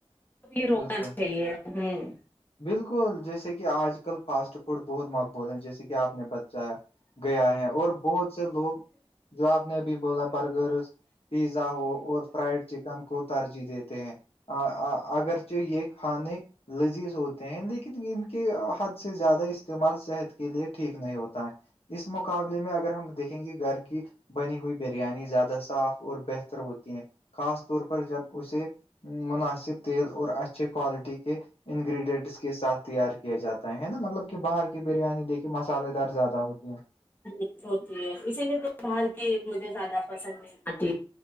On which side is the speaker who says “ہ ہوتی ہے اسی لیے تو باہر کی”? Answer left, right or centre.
Left